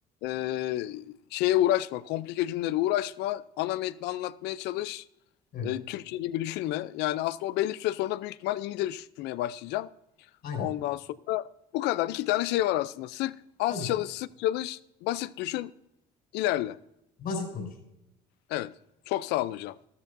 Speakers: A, on the left; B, on the left.
A: e, şeye uğraşma. Komplike cümlelere uğraşma. Ana metni anlatmaya çalış.
B: evet.
A: E, Türkçe gibi düşünme. Yani aslında o belli bir süre sonra büyük ihtimal İngilizce düşünmeye başlayacağım.
B: Aynen.
A: Ondan sonra bu kadar. İki tane şey var aslında. Sık, az
B: Tabii
A: çalış,
B: ki.
A: sık çalış, basit düşün, ilerle.
B: Basit konuş.
A: Evet. Çok sağ olun hocam.